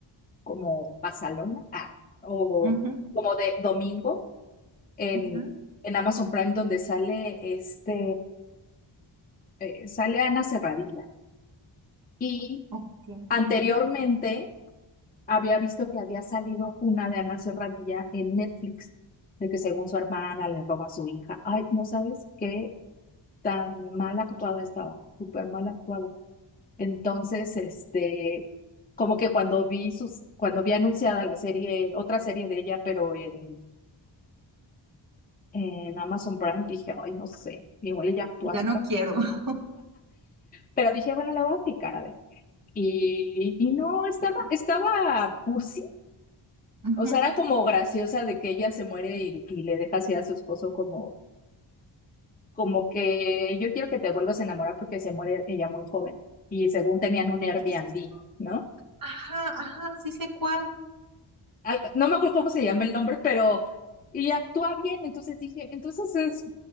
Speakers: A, on the left (about 20°); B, on the right (about 45°).
A: como pasalona, ah, o
B: Ujú,
A: como de domingo. en,
B: ujú,
A: en Amazon Prime donde sale este, eh, sale Ana Serradilla. Y
B: ok,
A: anteriormente
B: ajá.
A: había visto que había salido una de Ana Serradilla en Netflix, de que según su hermana le roba a su hija. Ay, no sabes qué tan mal actuada estaba, súper mal actuada. Entonces, este, como que cuando vi sus, cuando vi anunciada la serie, otra serie de ella, pero en, en Amazon Prime, dije, ay, no sé, igual ella actúa
B: Ya
A: súper
B: no quiero. <laughs>
A: Pero dije, bueno, le voy a aplicar, a ver. Y, y no, estaba, estaba cursi.
B: Ujú.
A: O sea, era como graciosa de que ella se muere y, y le deja así a su esposo como, como que yo quiero que te vuelvas a enamorar porque se muere ella muy joven. Y según tenían un Airbnb,
B: Y Eso sí,
A: ¿no?
B: ajá, ajá, sí sé cuál.
A: Al- no me acuerdo cómo se llama el nombre, pero, y actúa bien. Entonces dije, entonces es,